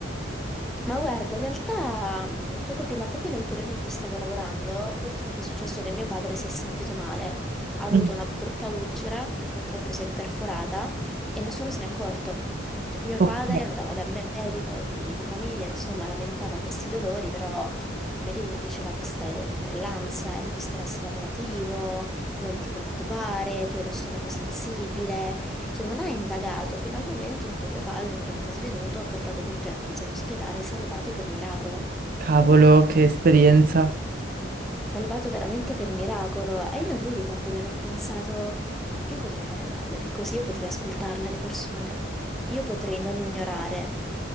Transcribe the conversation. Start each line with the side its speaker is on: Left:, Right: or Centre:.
Centre: Ma guarda, in realtà, mh, poco prima, proprio nel periodo in cui stavo lavorando, purtroppo è successo che mio padre si è sentito male. Ha avuto
Right: Mm,
Centre: una brutta ulcera che purtroppo si è perforata e nessuno se n'è accorto. Cioè, mio
Right: Ok,
Centre: padre andava dal medico di, di famiglia, insomma, lamentava questi dolori, però il medico gli diceva questa è è l'ansia, è lo stress lavorativo, non ti preoccupare, tu hai lo stomaco sensibile. Cioè, non ha indagato fino al momento in cui mio padre un giorno è svenuto, portato d'urgenza in ospedale e salvato per miracolo
Right: cavolo, che esperienza.
Centre: salvato veramente per miracolo e io lì ricordo di aver pensato, io potrei fare meglio di così, io potrei ascoltarle le persone, io potrei non ignorare